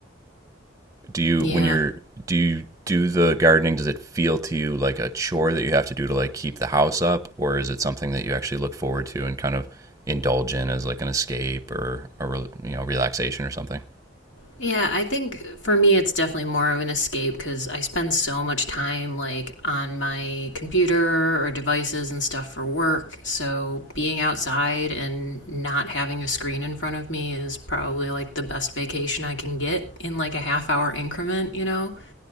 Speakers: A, on the right; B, on the left.
A: Do you
B: yeah,
A: when you're do you do the gardening does it feel to you like a chore that you have to do to like keep the house up or is it something that you actually look forward to and kind of indulge in as like an escape or a you know relaxation or something?
B: Yeah, I think for me it's definitely more of an escape because I spend so much time like on my computer or devices and stuff for work. So being outside and not having a screen in front of me is probably like the best vacation I can get in like a half hour increment, you know?